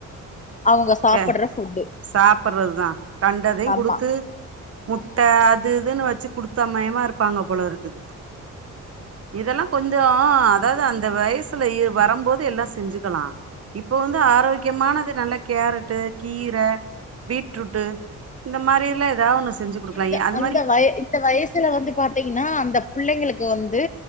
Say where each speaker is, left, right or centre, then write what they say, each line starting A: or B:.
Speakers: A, on the left; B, on the right.
A: அவங்க சாப்புட்ற
B: க
A: ஃபுட்டு
B: சாப்புட்றதுதா கண்டதையு
A: ஆமா
B: குடுத்து முட்ட
A: ம்
B: அது இதுதான்னு வச்சு குடுத்தா மயமாருப்பாங்க போல இருக்குது இதெல்லா கொஞ்சோ அதாவ்து அந்த வயசுல வரும்போது எல்லா செஞ்சுக்லா இப்ப வந்து ஆரோக்கியமானது நல்லா கேரட்டு கீர பீட்ரூட்டு இந்த மாரி எல்லா ஏதாவொன்னு ஸ் செஞ்சு குடுக்கலா
A: இந்த
B: எ அது
A: அந்த வய இந்த வயசுல வந்து பாத்தீங்ன்னா அந்த புள்ளங்களுக்கு வந்து